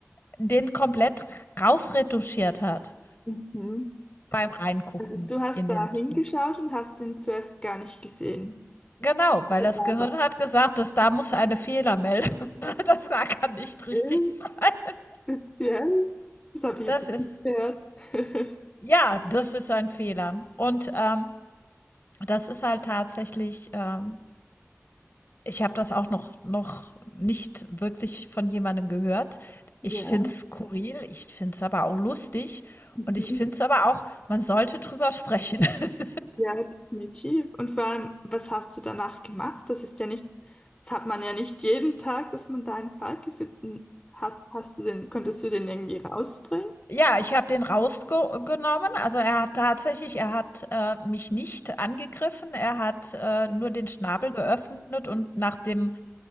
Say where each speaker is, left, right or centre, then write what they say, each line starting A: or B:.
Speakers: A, on the left; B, on the left.
A: den komplett rausretuschiert hat
B: Mhm.
A: beim Reingucken
B: Also du hast
A: in den
B: da hingeschaut
A: Druck.
B: und hast ihn zuerst gar nicht gesehen.
A: Genau, weil
B: Ja,
A: das
B: Da
A: Gehirn
B: war
A: hat gesagt, dass da muss eine Fehlermeldung, <laughs> das kann nicht richtig
B: er.
A: sein.
B: Speziell. Das habe ich
A: Das
B: jetzt
A: ist,
B: nicht gehört. <laughs>
A: ja, das ist ein Fehler. Und ähm, das ist halt tatsächlich ähm, Ich habe das auch noch noch nicht wirklich von jemandem gehört. Ich
B: Ja.
A: finde es skurril, ich finde es aber auch lustig
B: Mhm.
A: und ich finde es aber auch man sollte drüber sprechen. <laughs>
B: Ja, definitiv. Und vor allem, was hast du danach gemacht? Das ist ja nicht, das hat man ja nicht jeden Tag, dass man da einen Falke sitzen hat. Hast du den, konntest du den irgendwie rausbringen?
A: Ja, ich habe den rausgenommen. Also, er hat tatsächlich er hat, äh, mich nicht angegriffen. Er hat, äh, nur den Schnabel geöffnet und nach dem